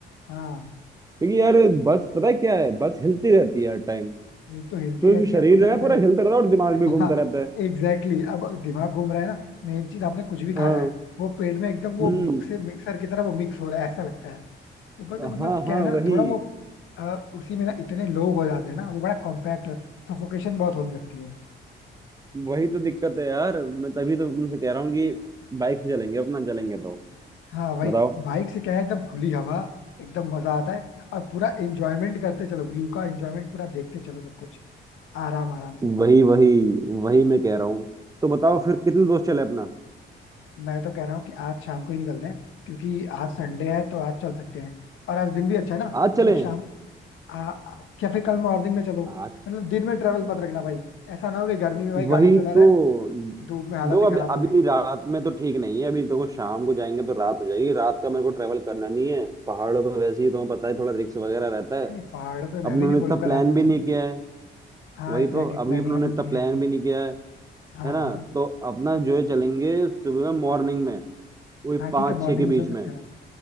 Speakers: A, on the left (about 80°); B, on the right (about 20°).
A: हाँ
B: क्योंकि यार बस पता है क्या है बस हिलती रहती है हर टाइम
A: एक तो हिलती
B: तो
A: रहती
B: जो शरीर
A: है मतलब
B: है ना
A: पता है
B: पूरा
A: क्या?
B: हिलता रहता है और दिमाग भी घूमता
A: हाँ
B: रहता है
A: एग्जैक्टली exactly. अब दिमाग घूम रहा है ना मेन चीज आपने कुछ भी खाया
B: हाँ
A: है वो पेट में एकदम वो
B: हम्म
A: मिक्स मिक्सर की तरह वो मिक्स हो रहा है ऐसा लगता है ऊपर से
B: हाँ
A: मतलब क्या
B: हाँ
A: है ना
B: वही
A: थोड़ा वो अ, उसी में ना इतने लोग हो जाते हैं ना वो बड़ा कॉम्पैक्ट सफोकेशन बहुत होने लगती है
B: वही तो दिक्कत है यार मैं तभी तो तुमसे कह रहा हूँ कि बाइक से चलेंगे अपना चलेंगे तो
A: हाँ वही
B: बताओ
A: बाइक से क्या है एकदम खुली हवा एकदम मजा आता है और पूरा एंजॉयमेंट करते चलो व्यू का एंजॉयमेंट पूरा देखते चलो सब कुछ आराम आराम से
B: वही वही वही मैं कह रहा हूँ तो बताओ फिर कितने दोस्त चले अपना
A: मैं तो कह रहा हूँ कि आज शाम को ही निकलते हैं क्योंकि आज संडे है तो आज चल सकते हैं और आज दिन भी अच्छा है ना
B: आज
A: मतलब
B: चले
A: शाम आ, आ- या फिर कल मॉर्निंग में चलो
B: आज
A: मतलब दिन में ट्रेवल मत रखना भाई ऐसा ना हो कि गर्मी में भाई
B: वही
A: गाड़ी चला
B: तो
A: रहा है धूप में हालत
B: देखो
A: ही
B: अभी
A: खराब हो
B: अभी
A: गई
B: रात में तो ठीक नहीं है अभी देखो शाम को जाएंगे तो रात हो जाएगी रात का मेरे को ट्रेवल करना नहीं है पहाड़ों पर वैसे ही तुम्हें पता है थोड़ा रिस्क वगैरह रहता है
A: नहीं नहीं पहाड़ों पे मैं
B: अब उन्होंने
A: भी नहीं बोलूंगा
B: इतना प्लान
A: रात में
B: भी
A: चलें
B: नहीं किया है
A: हाँ
B: वही
A: एग्जैक्टली
B: तो अभी
A: प्लानिंग
B: उन्होंने
A: अभी
B: इतना
A: उतनी
B: प्लान
A: है नहीं
B: भी नहीं किया है
A: हाँ
B: है
A: हाँ
B: ना तो अपना जो है चलेंगे सुबह में मॉर्निंग में वही
A: हाँ
B: पाँच
A: ठीक है मॉर्निंग
B: छः के बीच
A: में चल सकते
B: में
A: हैं ना